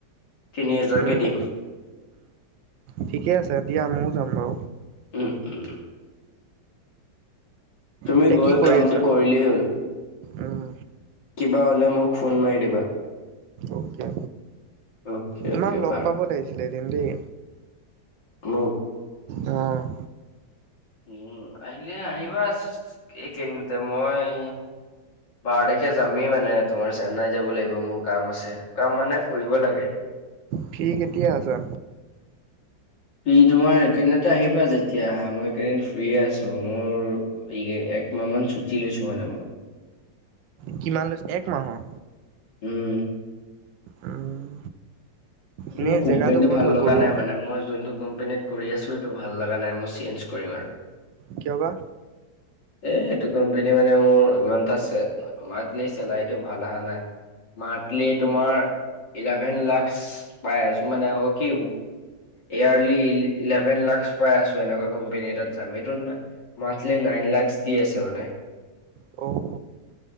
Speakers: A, on the left; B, on the right.
A: তিনি হজাৰকে
B: উম
A: দিম।
B: ঠিকে আছে দিয়া ময়ও যাম বাৰু।
A: উম উম। তুমি
B: এতিয়া
A: গৈ
B: কি কৰি
A: কামটো
B: আছা
A: কৰিলেই হল।
B: উম
A: কিবা হ'লে মোক ফোন মাৰি দিবা।
B: অ'কে
A: অ'কে,
B: তোমাক
A: অ'কে
B: লগ
A: বাৰু
B: পাব লাগিছিলে এদন দেই।
A: মোক?
B: অ'।
A: উম আহিলে আহিবা, এইকেইনতে মই। বাৰ তাৰিখে যামেই মানে তোমাৰ চেন্নাই যাব লাগিব মোৰ কাম আছে কাম মানে ফুৰিব লাগে। <unintelligible>
B: ফি কেতিয়া আছা?
A: ফ্ৰি তোমাৰ একেদিনতে আহিবা, যেতিয়া আহা মই কেইদিন ফ্ৰি আছো, মোৰ। এক মা মান চুটি লৈছো মানে মই।
B: কিমান লৈছো এক মাহৰ।
A: উম্।
B: উম এনেই
A: মোৰ কোম্পানীতটো
B: জেগাটো ক'ত
A: ভাল
B: হয়
A: লগা
B: গৰু
A: নাই মানে মই য। কোম্পেনীত কৰি আছো এইটো ভাল লগা নাই মই চেঞ্জ কৰিম, আৰু
B: কিয়বা?
A: এ এইটো কোম্পানী মানে মোৰ ইমানটা মন্থলি চেলাৰীটো ভাল অহা নাই। মান্থলি তোমাৰ ইলেভেন লাখছ পাই আছোঁ মানে কি। এয়েৰলি এলেৱেন লাখছ পাই আছোঁ এনকা কম্পেনী এটাত যাম এইটো নো মন্তলি। লাখ দি আছে মানে।
B: অ